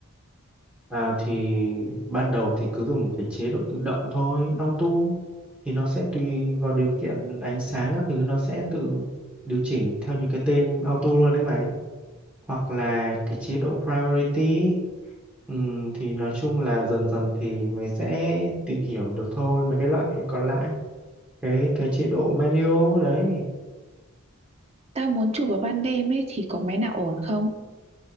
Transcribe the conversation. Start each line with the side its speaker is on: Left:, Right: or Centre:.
Centre: À, thì ban đầu thì cứ dùng cái chế độ tự động thôi, auto thì nó sẽ tùy vào điều kiện ánh sáng các thứ nó sẽ tự điều chỉnh theo như cái tên auto luôn đấy mày. Hoặc là cái chế độ priority ừm, thì nói chung là dần dần thì mày sẽ tìm hiểu được thôi mấy cái loại còn lại. Cái cái chế độ manual đấy.
Right: Tao muốn chụp vào ban đêm ấy thì có máy nào ổn không?